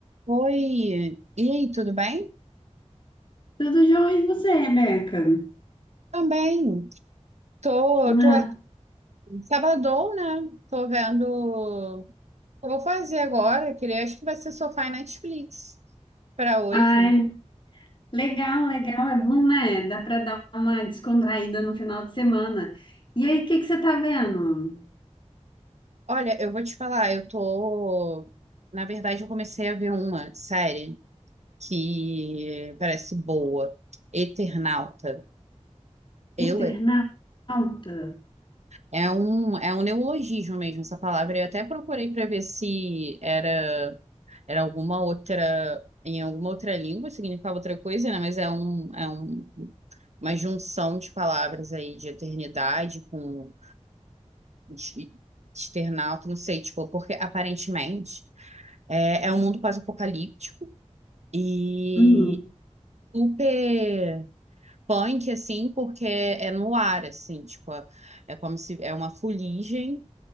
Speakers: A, on the right; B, on the left.
A: Oi, e aí, tudo bem?
B: Tudo jóia, e você, Rebeca?
A: Também. Tô,
B: Ah,
A: tô aqui. Sabadão, né? Tô vendo o que eu vou fazer agora. Queria, acho que vai ser sofá e Netflix para hoje.
B: ai, legal, legal, é bom, né? Dá para dar uma descontraída no final de semana. E aí, o que que você tá vendo?
A: Olha, eu vou te falar, eu tô. Na verdade, eu comecei a ver uma série que parece boa, Eternauta. Eu,
B: Eternauta?
A: é um, é um neologismo mesmo essa palavra. Eu até procurei para ver se era. era alguma outra, em alguma outra língua, significava outra coisa, né? Mas é um, é um, uma junção de palavras aí de eternidade com de- externauta, não sei, tipo, porque aparentemente é, é um mundo pós-apocalíptico e
B: Hum,
A: super punk, assim, porque é no ar, assim, tipo, é, é como se é uma fuligem